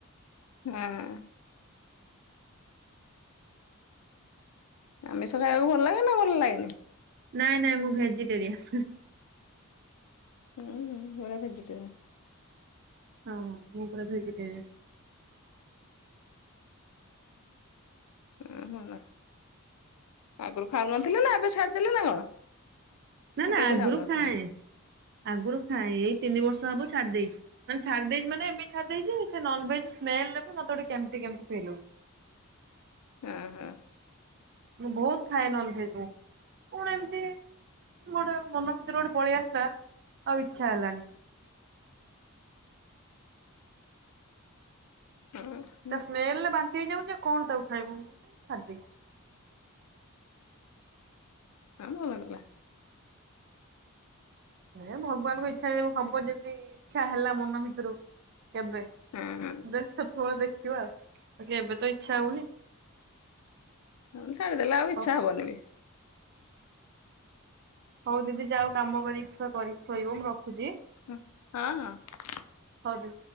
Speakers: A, on the left; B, on the right.
A: ହଁ। ଆମିଷ ଖାଇବାକୁ ଭଲ ଲାଗେ ନା ଭଲ ଲାଗେନି?
B: ନାଇଁ ନାଇଁ ମୁଁ ଭେଜିଟେରିଆନ୍।
A: ହୁଁ ପୁରା ଭେଜଜିଟେରିୟନ।
B: ହଁ ମୁଁ ପୁରା ଭେଜିଟେରିଆନ୍।
A: ହେଁ ଭଲ। ଆଗରୁ ଖାଉନଥିଲେ ନା ଏବେ ଛାଡ଼ିଦେଲେ ନା କଣ?
B: ନା ନା
A: କେବେ
B: ଆଗରୁ
A: ଖାଉନଥିଲେ
B: ଖାଏ। ଆଗରୁ ଖାଏ। ଏଇ ତିନି ବର୍ଷ ହବ ଛାଡି ଦେଇେଚି। ମାନେ ଛାଡି ଦେଇେଚି ମାନେ ଏବେ ଛାଡି ଦେଇଚି ସେ ନନଭେଜ ସ୍ମେଲରେ ବି ମତେ କେମିତି କେମିତି ଗୋଟେ ଫିଲ୍ ହଉଚି।
A: ହୁଁ ହୁଁ।
B: ମୁଁ ବହୁତ ଖାଏ ନନ୍ ଭେଜ୍ ମୁଁ। କଣ ଏମତି ମୋର ମନ ଭିତରେ ଗୋଟେ ପଳେଇ ଆସିଲା ଆଉ ଇଚ୍ଛା ହେଲାନି।
A: ହୁଁ।
B: ତା ସ୍ମେଲରେ ବାନ୍ତି ହେଇଯାଉଚି ଆ କଣ ତାକୁ ଖାଇବୁ ଛାଡି ଦେଇଚି।
A: ହଁ ଭଲ କଲେ।
B: ହେ ଭଗବାନଙ୍କ ଇଚ୍ଛା ହବ ଯଦି ଇଚ୍ଛା ହେଲା ମନ ଭିତରୁ କେବେ
A: ହୁଁ।
B: ଦେଖ ସେତେବେଳେ ଦେଖିବା। ବାକି ଏବେ ତ ଇଚ୍ଛା ହଉନି।
A: ହୁଁ ଛାଡିଦେଲି ଆଉ
B: ହଉ
A: ଆଚ୍ଛା ହବନି ବି।
B: ହଉ ଦିଦି ଯାଅ କାମ କରିକି ଛୁଆ କରିକି ଶୋଇବ ମୁଁ ରଖୁଚି।
A: ହୁଁ, ହଁ ହଁ।
B: ହଉ ଦି